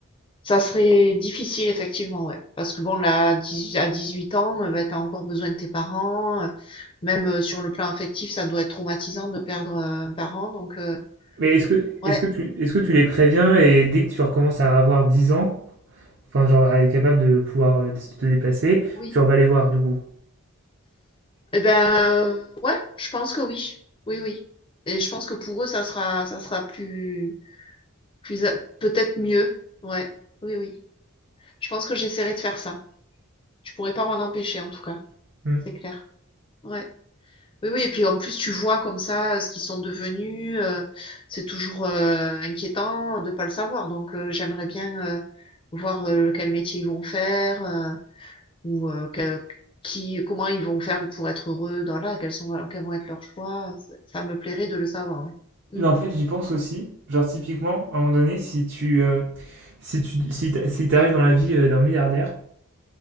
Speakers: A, on the left (about 25°); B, on the right (about 55°).
A: ça serait difficile, effectivement, ouais. Parce que bon, là, à 18 à 18 ans, euh, ben, t'as encore besoin de tes parents. euh, Même euh, sur le plan affectif, ça doit être traumatisant de perdre euh, un parent. Donc, euh,
B: Mais est-ce que,
A: ouais,
B: est-ce que tu, est-ce que tu les préviens et dès que tu recommences à avoir 10 ans, enfin, genre, à être capable de pouvoir euh, te te déplacer,
A: oui.
B: tu vas les voir, du coup?
A: Eh ben, euh, ouais, je pense que oui. Oui, oui. Et je pense que pour eux, ça sera, ça sera plus, plus, a- peut-être mieux. Ouais, oui, oui. Je pense que j'essaierai de faire ça. Je pourrais pas m'en empêcher, en tout cas.
B: Hmm.
A: C'est clair. Ouais. Oui, oui. Et puis en plus, tu vois comme ça euh, ce qu'ils sont devenus. euh, c'est toujours euh, inquiétant de pas le savoir. Donc, euh, j'aimerais bien euh, voir euh, lequel métier ils vont faire. euh, ou euh, que- qui, comment ils vont faire pour être heureux dans là, quels sont, voilà, quels vont être leurs choix. Ça ça me plairait de le savoir, ouais. Mm,
B: Non, en fait, j'y pense aussi. Genre, typiquement, à un moment donné, si tu, euh, si tu, si t'a- si t'arrives dans la vie euh, d'un milliardaire,